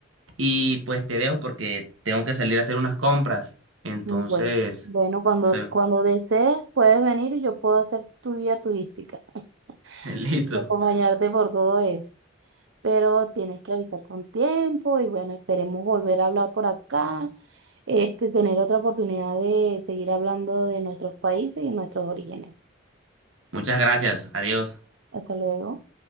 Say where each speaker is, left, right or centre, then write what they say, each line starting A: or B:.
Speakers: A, on the right (about 80°); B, on the right (about 65°).
A: Y pues te dejo porque tengo que salir a hacer unas compras. Entonces,
B: Mm, Bueno, bueno, cuando,
A: fue-
B: cuando desees puedes venir y yo puedo hacer tu guía turística
A: <laughs> listo.
B: <laughs> y acompañarte por todo eso. Pero tienes que avisar con tiempo y bueno, esperemos volver a hablar por acá, este, tener otra oportunidad de seguir hablando de nuestros países y nuestros orígenes.
A: Muchas gracias. Adiós.
B: Hasta luego.